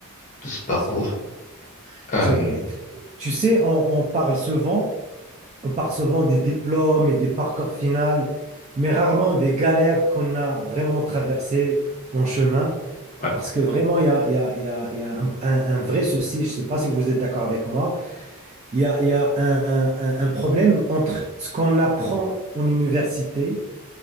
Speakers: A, on the left (about 35°); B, on the right (about 30°).
A: de ce parcours.
B: c'est
A: Euh,
B: c'est vrai. Tu sais, on, on parle souvent, on parle souvent des diplômes et des parcours finaux, mais rarement des galères qu'on a vraiment traversées en chemin,
A: ouais.
B: parce que vraiment, il y a, il y a- il y a- il y a un, un- un vrai souci, je ne sais pas si vous êtes d'accord avec moi, Il y a, il y a un, un- un- un problème entre ce qu'on apprend en université